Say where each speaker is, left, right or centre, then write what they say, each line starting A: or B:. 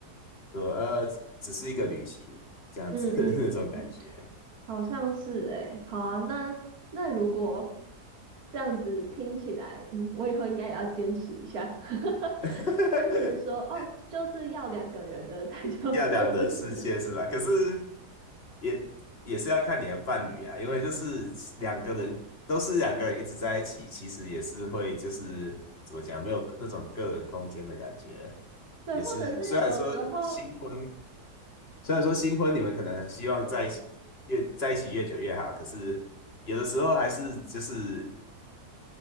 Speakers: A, on the left (about 40°); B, on the right (about 65°).
A: 说呃，只是一个旅行这样子
B: 嗯嗯，
A: <laughs> 那种感觉。
B: 好像是诶、好啊，那那如果这样子听起来，嗯，我以后应该也要坚持一下，<laughs>
A: <laughs>
B: 坚持说哦，就是要两个人的 <laughs> 才叫做是，
A: 要两人世界是吧？可是也也是要看你的伴侣啊，因为就是两个人都是两个人一直在一起，其实也是会就是怎么讲，没有那种个人空间的感觉。
B: <laughs> 对，
A: 也是虽然说新婚
B: 或者是有时候，
A: 虽然说新婚你们可能希望在一起越在一起越久越好，可是有的时候还是就是